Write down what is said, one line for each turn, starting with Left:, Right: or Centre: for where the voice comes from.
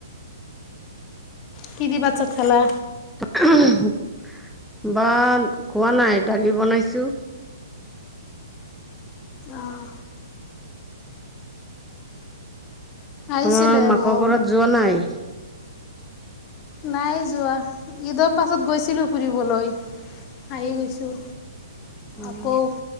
Left: কি দি ভাত চাত খালা?
Centre: <unintelligible> ভাত খোৱা নাই, দালি বনাইছো।
Left: অঁ আহিছিলে
Centre: তোমাৰ মাকৰ
Left: মোৰ
Centre: ঘৰত যোৱা নাই।
Left: নাই যোৱা। ঈদৰ পাছত গৈছিলো ফুৰিবলৈ। আহি গৈছোঁ।
Centre: উ'ম।
Left: আকৌ